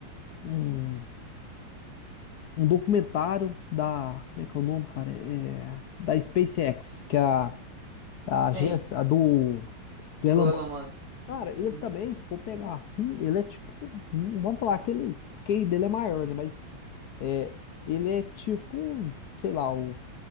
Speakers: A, on the left (about 70°); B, on the right (about 45°).
A: um, um documentário da. Como é que é o nome, cara? É, da SpaceX, que é a, a
B: Sim,
A: agência a do,
B: do
A: do Elon
B: Elon
A: Musk.
B: Musk.
A: Cara, ele
B: Uhum.
A: também, se for pegar assim, ele é tipo. hum, Vamos falar que ele. Que ele dele é maior, né? Mas é, ele é tipo, sei lá, o,